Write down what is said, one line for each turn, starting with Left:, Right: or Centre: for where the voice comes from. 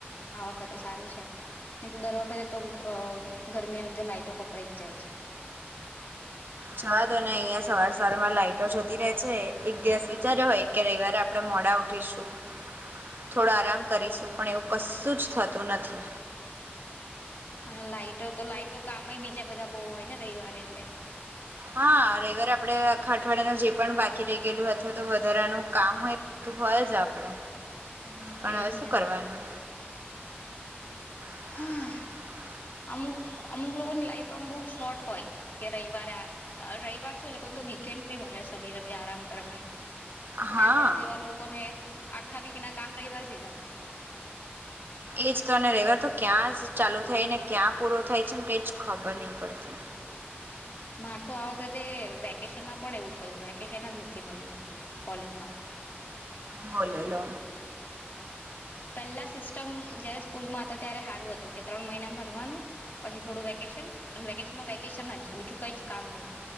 Left: આ વખતે સારું છે. ને તો દર વખતે તો અ ગરમીના લીધે લાઈટો કપાઈ જ જાય છે.
Right: જવા દો ને અહિયાં સવાર સવાર માં લાઈટો જતી રે છે, એક દિવસ ઈ જ્યારે હોય કે, રવિવારે આપડે મોડા ઉ ઠીશું, થોડો આરામ કરીશું, પણ એવું કશુંજ થતું નથી.
Left: અને લાઈટો તો લાઈટો કામઈ બીજા બધા બહુ હોય ને રવિવારે એટલે.
Right: હા રવિવારે આપડે આખા અઠવાડિયાનું જે પણ બાકી રહી ગયેલું, અથવા તો વધારાનું કામ હોય તો હોયજ આપડે,
Left: હમ
Right: પણ
Left: એજ
Right: હવે શું
Left: ને
Right: કરવાનું. <inaudible>
Left: હા અમુક, અમુક લોકોની લાઈફ આમ બહુ શોર્ટ હોય. કે રવિવારે આ, રવિવાર શું એ લોકોને તો વીકેન્ડ બી મળે, શનિ રવિ આરામ કરવાનું. અને
Right: હા
Left: આપડા જેવા લોકોને, આખા વીક ના કામ રવિવારે ભેગા થાય.
Right: એજ તોને રવીવાર તો ક્યાં જ ચાલુ થાય, ને ક્યાં પૂરો થાય છે, ને કઈ જ ખબર નહિ પડતી.
Left: માર તો આ વખતે વેકેશન માં પણ એવું થયું, વેકેશન જ નથી મળ્યું મને કોલેજમાં.
Right: બોલો લો.
Left: પેલા સિસ્ટમ જયારે સ્કૂલમાં હતા ત્યારે હારું હતું, કે ત્રણ મહિના ભણવાનું, પછી થોડું વેકેશ શન, અને વેકેશનમાં વેકેશન જ બીજું કઈજ કામ નહી.